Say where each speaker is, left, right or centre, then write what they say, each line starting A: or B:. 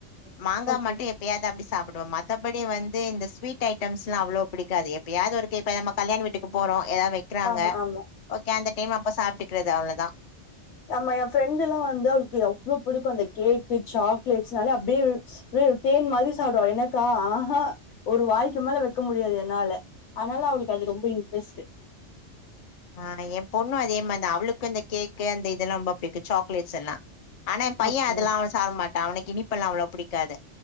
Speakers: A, on the left; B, on the left.
A: மாங்கா
B: ஓகே
A: மட்டு எப்பயாது அப்டி சாப்டுவ மத்தபடி வந்து இந்த ஸ்வீட் ஐட்டம்ஸ்லா அவ்ளோ புடிக்காது எப்பயாது ஒருக்க இப்ப நம்ம கல்யாண வீட்டுக்கு போறோ எதா வெக்றாங்க
B: ஆமா ஆமா
A: ஓகே அந்த டைம் அப்ப சாப்ட்டு க்றது அவ்ளோதா
B: நம்ம ஏ ஃப்ரெண்டு்ல்லா வந்து க்கு எவ்ளோ புடிக்கு அந்த கேக்கு சாக்லேட்ஸ்னால அப்டியே ஒரு தேன் மாரி சாப்டுவா எனக்கா ஆஹ ஒரு வாய்க்கு மேல வக்க முடியாது என்னால ஆனால அவளுக்கு அது ரொம்ப இன்ட்ரெஸ்ட்டு
A: <inaudible> ஆனா ஏ பொண்ணு அதே மாரிதா அவளுக்கு இந்த கேக்கு அந்த இதெல்லா ரொம்ப புடிக்கு சாக்லேட்ஸ் எல்லா ஆனா ஏ பைய
B: ஓகே
A: அதெல்லா
B: ஓகே
A: அவ்ளோ சாப்ட மாட்டா அவனுக்கு இனிப்பெல்லா அவ்ளோ புடிக் காது